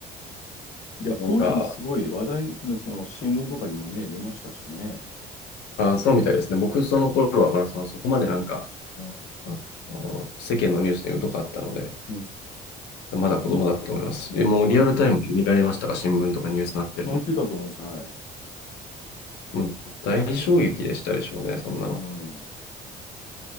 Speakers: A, on the left; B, on the left.
A: いや、当時もすごい話題の、
B: のが、
A: その新聞とかにもね、出ましたしね。
B: あ、そうみたいですね。僕、その頃はまだその、そこまでなんか、
A: あ
B: あの世間のニュースに疎かったので、
A: うん
B: まだ子供だと思いますし、えもうリアルタイムで見られましたが、
A: はい。
B: 新聞とかニュースになってるの。
A: 載ってたと思います。はい。
B: もう大衝撃でしたでしょうね、そんなの。
A: うん。う